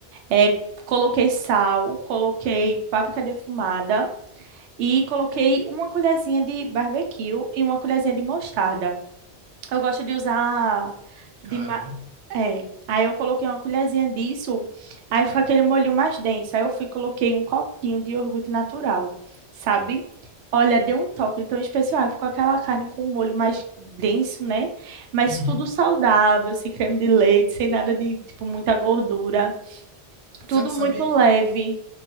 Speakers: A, on the right; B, on the right.
A: É, coloquei sal, coloquei páprica defumada e coloquei uma colherzinha de barbecue e uma colherzinha de mostarda. Eu gosto de usar de
B: Caramba.
A: ma- é. Aí eu coloquei uma colherzinha disso, aí ficou aquele molho mais denso. Aí eu fui e coloquei um copinho de iogurte natural, sabe? Olha, deu um toque tão especial. Aí Ficou aquela carne com um molho mais denso, né? Mas
B: Uhum.
A: tudo saudável, sem creme de leite, sem nada de, tipo, muita gordura. Tudo
B: Sa- Sabe,
A: muito leve.